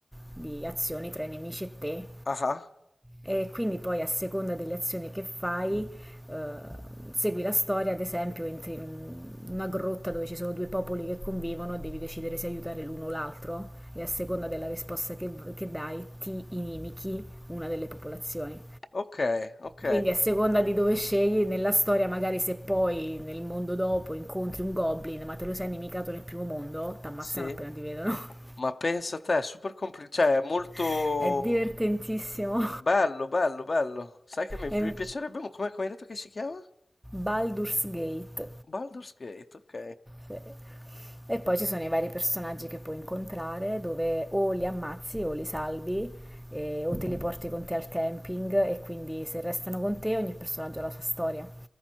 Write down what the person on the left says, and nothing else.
Ah, ah.
ok, ok,
sì.
Ma pensa te, è super complicato, cioè è molto
bello, bello, bello. Sai che mi,
mi piacerebbe, mo- come, come hai detto che si chiama?
Baldur's Gate, ok.